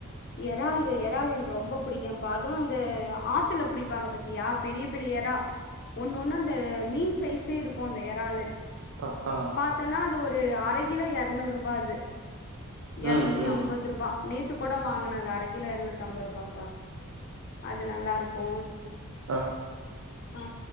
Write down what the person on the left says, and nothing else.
எறால்க எறால் எனக்கு ரொம்ப புடிக்கும்பா அது அந்த ஆத்துல புடிப்பாங்க பாத் தியா பெரிய பெரிய எறா ஒன்னு ஒன்னு அந்த மீன் சைஸே இருக்கு அந்த எறாலு
பார்த்தன்னா அது ஒரு அர கிலோ இரநூறுபா அது எரநூத்தி
ஐம்பது ரூபா நேத்து கூட வாங்குனது அரகிலோ எரநூத் அம்பது ரூபாப்பா அது நல்லாருக்கு
ஆ